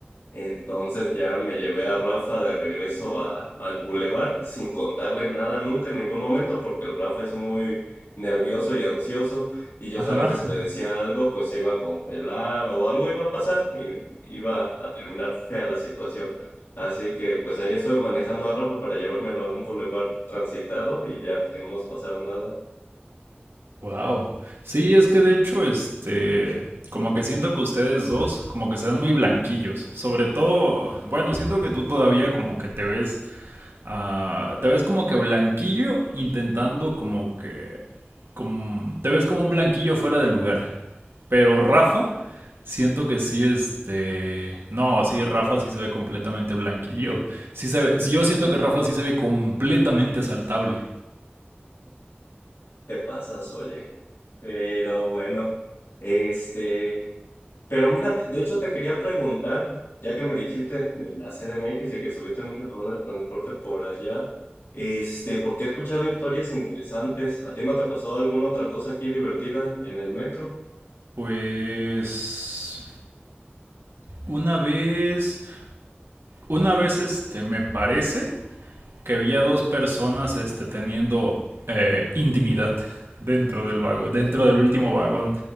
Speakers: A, on the left (about 80°); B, on the right (about 80°).
A: Entonces ya me llevé a Rafa de regreso a, al bulevar sin contarle nada nunca en ningún momento porque el Rafa es muy nervioso y ansioso y yo
B: Ajá.
A: sabía que si le decía algo pues se iba a congelar o algo iba a pasar y iba a terminar fea la situación. Así que pues ahí estuve manejando a Rafa para llevármelo a un bulevar transitado y ya que no nos pasara nada.
B: Wow. Sí, es que de hecho, este, como que siento que ustedes dos como que se ven muy blanquillos. Sobre todo, bueno, siento que tú todavía como que te ves, ah, te ves como que blanquillo intentando como que, como, te ves como un blanquillo fuera de lugar. Pero Rafa, siento que sí, este. No, sí, Rafa sí se ve completamente blanquillo. Sí se ve... sí, Yo siento que Rafa sí se ve completamente asaltable.
A: Te pasas, oye. Pero bueno, este... Pero mira, te- de hecho te quería preguntar, ya que me dijiste de la CDMX y que subiste mucho tomando el transporte por allá, este, porque he escuchado historias interesantes. ¿A ti no te pasó alguna otra cosa aquí divertida en el metro?
B: Pues. Una vez. Una vez, este, me parece que vi a dos personas este, teniendo eh, intimidad dentro del vagón, dentro
A: Ujú.
B: del último vagón.